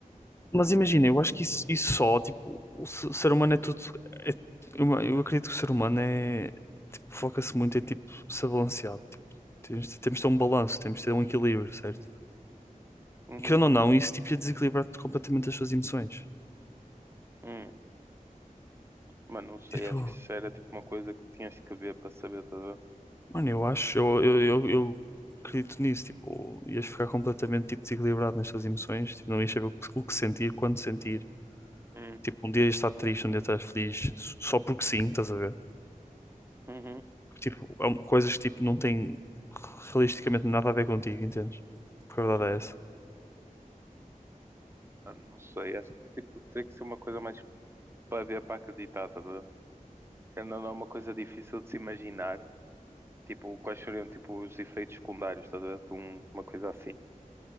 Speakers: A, on the left; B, on the right.
A: Mas imagina, eu acho que isso, isso só, tipo, o se- ser humano é tudo. é- eu, eu acredito que o ser humano é. Tipo, foca-se muito em, tipo, ser balanceado. Tipo, temos, temos de ter um balanço, temos de ter um equilíbrio, certo?
B: Uhum,
A: E querendo ou não, isso, tipo, ia desequilibrar completamente as suas emoções.
B: hum. Mano, não sei,
A: Tipo,
B: acho que isso era tipo uma coisa que tinhas que ver para saber, estás a ver?
A: mano, eu acho, eu, eu, eu, eu acredito nisso. Tipo, ias ficar completamente, tipo, desequilibrado nas suas emoções. Tipo, não ias saber o que, o que sentir, quando sentir.
B: Hum,
A: Tipo, um dia ias estar triste, um dia estás feliz, só porque sim, estás a ver?
B: uhum,
A: tipo, há coisas que tipo, não têm realisticamente nada a ver contigo, entendes? Porque a verdade
B: uhum.
A: é essa.
B: Ah, Não sei, acho que tipo, teria que ser uma coisa mais para ver, para acreditar, tá? a ver? Querendo ou não é uma coisa difícil de se imaginar, tipo, quais seriam tipo, os efeitos secundários, tá? a ver? De um- uma coisa assim.